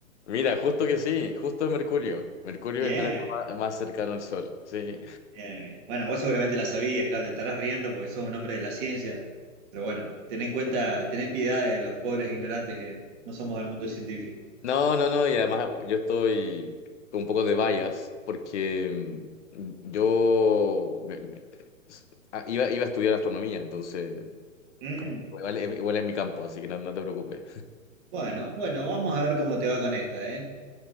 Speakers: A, on the left; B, on the right.
A: Mira, justo que sí, justo es Mercurio. Mercurio
B: Bien.
A: es el planeta ma- más cercano al Sol, sí.
B: Bien, bien. Bueno, vos seguramente la sabías, claro, te estarás riendo porque sos un hombre de la ciencia, pero bueno, ten en cuenta, tened piedad de los pobres ignorantes que no somos del mundo científico.
A: No, no, no, y además yo estoy con un poco de bias porque mm, yo me- me- s- ah, iba, iba a estudiar astronomía, entonces
B: Mm,
A: como que igual, es igual es mi campo, así que no, no te preocupes.
B: bueno, bueno, vamos a ver cómo te va con esta, ¿eh?